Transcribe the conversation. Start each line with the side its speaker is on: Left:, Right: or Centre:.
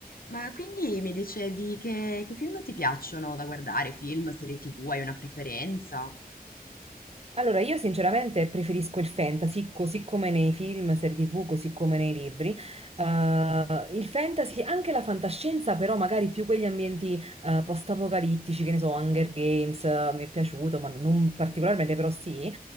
Left: Ma quindi mi dicevi che, che film ti piacciono da guardare? Film, serie TV, hai una preferenza?
Right: Allora, io sinceramente preferisco il fantasy, così come nei film, serie TV, così come nei libri. Eh, il fantasy, anche la fantascienza, però magari più quegli ambienti eh, post-apocalittici, che ne so, Hunger Games, eh, mi è piaciuto, ma non particolarmente, però sì. Eh,